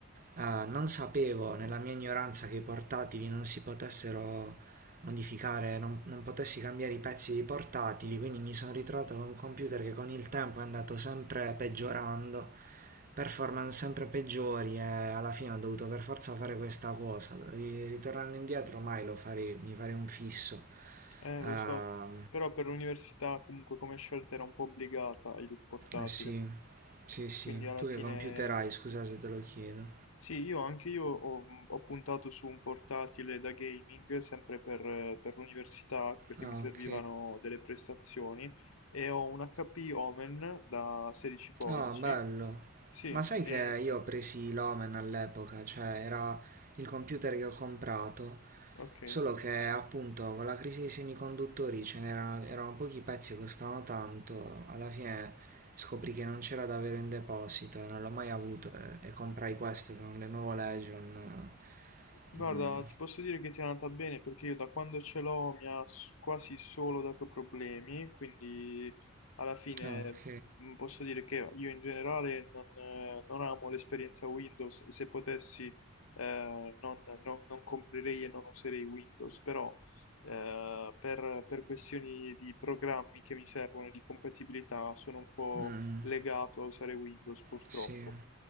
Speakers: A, on the right; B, on the left.
A: Ah, non sapevo nella mia ignoranza che i portatili non si potessero modificare, non, non potessi cambiare i pezzi dei portatili, quindi mi sono ritrovato con un computer che con il tempo è andato sempre peggiorando, performance sempre peggiori e alla fine ho dovuto per forza fare questa cosa. Ri- Ritornando indietro mai lo farei, mi farei un fisso.
B: Eh,
A: Ah,
B: lo so, però per l'università comunque come scelta era un po' obbligata il portatile,
A: eh sì, sì, sì.
B: quindi alla
A: Tu
B: fine
A: che computer hai? Scusa se te lo chiedo.
B: sì, io anche io ho, ho puntato su un portatile da gaming sempre per, eh, per l'università perché
A: Ah,
B: mi servivano
A: ok.
B: delle prestazioni e ho un HP Omen da 16 pollici,
A: Ah, bello.
B: sì,
A: Ma sai
B: e
A: che io ho presi l'Omen all'epoca, cioè era il computer che ho comprato,
B: ok.
A: solo che appunto con la crisi dei semiconduttori ce n'erano erano pochi pezzi che costavano tanto, alla fine scoprì che non c'era davvero in deposito e non l'ho mai avuto e, e comprai questo che è un Lenovo Legion.
B: Guarda,
A: Mm.
B: ti posso dire che ti è andata bene perché io da quando ce l'ho mi ha s- quasi solo dato problemi, quindi alla fine
A: Ah, ok.
B: mm, posso dire che io in generale non, eh, non amo l'esperienza Windows e se potessi eh, non, non- non comprerei e non userei Windows, però eh, per, per questioni di programmi che mi servono e di compatibilità sono un po'
A: Mm,
B: legato a usare Windows purtroppo.
A: sì.